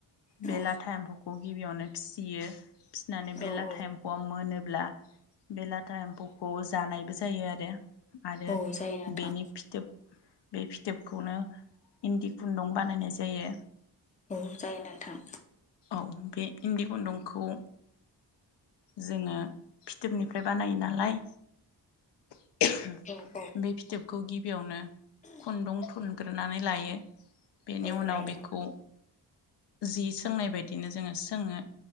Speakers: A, on the left (about 20°); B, on the left (about 70°).
A: औ
B: बेला थाइमफोरखौ गिबियावनो फिसियो फिसिनानै बे
A: औ
B: लाथा
A: औ
B: एम्फौ आ मोनो ब्ला बे लाथा एम्फौखौ जानायबो जायो आरो आरो
A: औ जायो नोंथां
B: बिनि फिथोब बे फिथोबखौनो इन्दि खुन्दुं बानायनाय जायो
A: औ जायो नोंथां
B: <unintelligible> बे इन्दि खुन्दुंखौ जोङो फिथोबनिफ्राय बानायो नालाय <inaudible>
A: औ औ
B: बे फिथोबखौ गिबियावनो खुन्दुं थुन ग्रोनानै लायो बेनि
A: औ
B: उनाव
A: लायो
B: बेखौ जि सोंनाय बायदिनो जोङो सोङो